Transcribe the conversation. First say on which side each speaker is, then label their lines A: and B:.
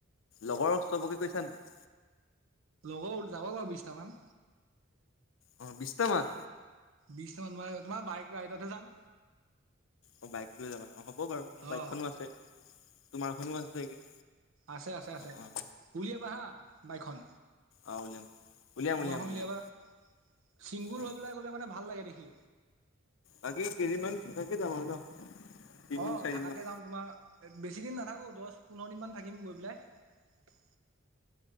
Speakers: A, on the left; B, on the right.
A: লগৰক চবকে কৈছান নে।
B: হ যাব বাৰু বিশটামান।
A: অ বিশছটামান।
B: বিশট মান ম তোমাৰ বাইক ৰাইডতহে যাম।
A: অ বাইক লৈ যাবা ন? হ'ব বাৰু মোৰ বাইকখনো
B: অ
A: আছে তোমাৰখনো আছে চাগে।
B: আছে আছে আছে
A: অ', অ',
B: উলিয়াবা হা বাইকখন।
A: অ উওলাম উওলিয়াম
B: তোমাৰখন
A: উওলিয়াম উলিয়াম।
B: উলিয়াবা ছিংগুল
A: অ',
B: হৈ পেলাই গ'লে মানে ভাল লাগে দেখি।
A: বাকি কেইদিনমান থাকাকে যাম আৰু ন। তিনদিন
B: অ
A: চাৰিদিনমান
B: থাকাকে যাম তোমাৰ বেছি দিন নাথাকো। আকৌ দহ পোন্ধৰ দিনমান থাকিম গৈ পেলাই।